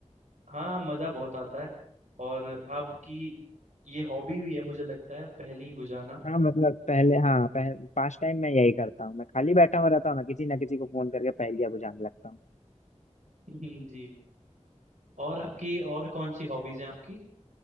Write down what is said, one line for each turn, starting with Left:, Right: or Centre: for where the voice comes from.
Right: हाँ मज़ा बहुत आता है और आपकी ये हॉबी भी है मुझे लगता है पहेली बुझाना
Left: हाँ मतलब पहले हाँ पह, पास टाइम मैं यही करता हूँ मैं खाली बैठा हुआ रहता हूँ ना किसी ना किसी को फोन करके पहेलियाँ बुझाने लगता हूँ
Right: <laughs> जी और आपकी और कौन सी हॉबीज हैं आपकी